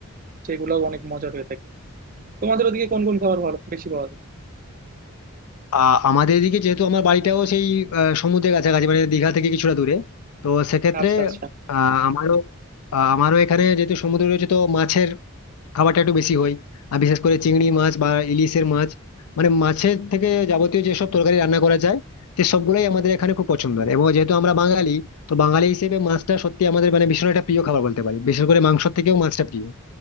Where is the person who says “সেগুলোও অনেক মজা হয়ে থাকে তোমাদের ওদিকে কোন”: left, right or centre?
Right